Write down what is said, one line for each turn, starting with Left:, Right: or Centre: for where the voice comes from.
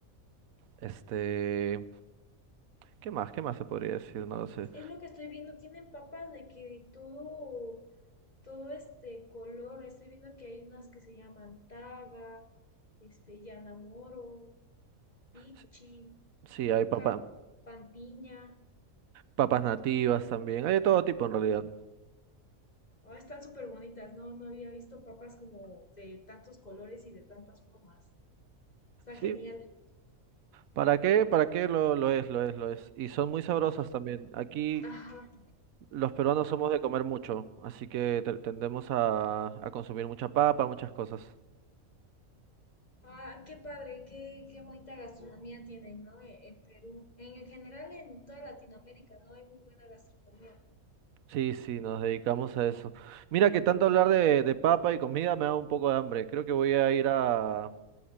Right: Este, ¿qué más? ¿Qué más se podría decir? No lo sé.
Left: Es lo que estoy viendo, tienen papas de que de todo todo este color. Estoy viendo que hay unas que se llaman Taga, este, Yanamoro, Pichi,
Right: S- Sí, hay
Left: Puca
Right: papa-
Left: Pampiña.
Right: papas nativas también. Hay de todo tipo en realidad.
Left: Ah, están súper bonitas, ¿no? No había visto papas como de tantos colores y de tantas formas. Está genial.
Right: Sí. ¿Para qué? ¿Para qué lo, lo es? Lo es, lo es. Y son muy sabrosas también. Aquí
Left: Ajá.
Right: los peruanos somos de comer mucho, así que te- tendemos a, a consumir mucha papa, muchas cosas.
Left: Ah, qué padre, qué, qué bonita gastronomía tienen, ¿no? E- En Perú. En general, en toda Latinoamérica, ¿no? Hay muy buena gastronomía.
Right: Sí, sí, nos dedicamos a eso. Mira que tanto hablar de, de papa y comida me da un poco de hambre. Creo que voy a ir a,